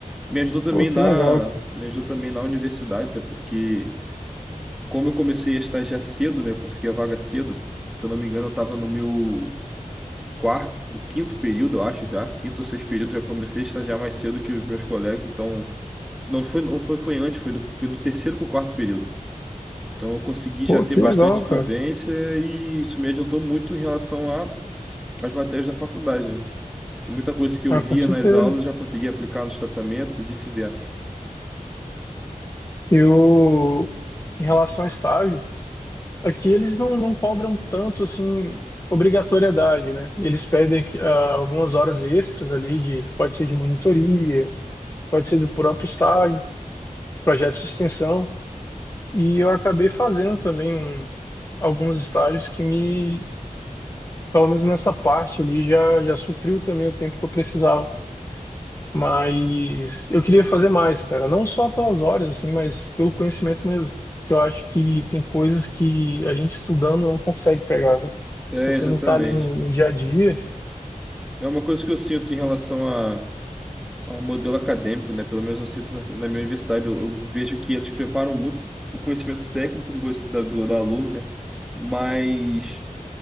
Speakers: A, in the centre; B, on the left.
A: Me ajudou também
B: Pô, que
A: na,
B: legal.
A: me ajudou também na universidade, né, porque... como eu comecei a estagiar cedo, né? Eu consegui a vaga cedo. Se eu não me engano, eu estava no meu quarto, do quinto período, eu acho já. Quinto ou sexto período, já comecei a estagiar mais cedo que os meus colegas. Então, não foi, não foi, foi antes, foi, do, foi no terceiro para o quarto período. Então, eu consegui já
B: Pô,
A: ter
B: que
A: bastante
B: legal,
A: vivência
B: cara.
A: e isso me adiantou muito em relação a, às matérias da faculdade, né? Porque muita coisa que eu
B: Ah,
A: via
B: com certeza.
A: nas aulas eu já conseguia aplicar nos tratamentos e vice-versa.
B: Eu, em relação a estágio, aqui eles não, não cobram tanto, assim, obrigatoriedade, né? Eles pedem que, ah, algumas horas extras ali, de, que pode ser de monitoria, pode ser do próprio estágio, projetos de extensão. E eu acabei fazendo também um- alguns estágios que me, pelo menos nessa parte ali, já, já supriu também o tempo que eu precisava. Mas eu queria fazer mais, cara. Não só pelas horas, assim, mas pelo conhecimento mesmo. Porque eu acho que tem coisas que a gente estudando não consegue pegar, né?
A: É,
B: Se você
A: exatamente.
B: não tá ali no, no dia a dia,
A: É uma coisa que eu sinto em relação a ao modelo acadêmico, né? Pelo menos eu sinto na, na minha universidade, eu, eu vejo que eles preparam muito o conhecimento técnico de você, da- do, do aluno, né? Mas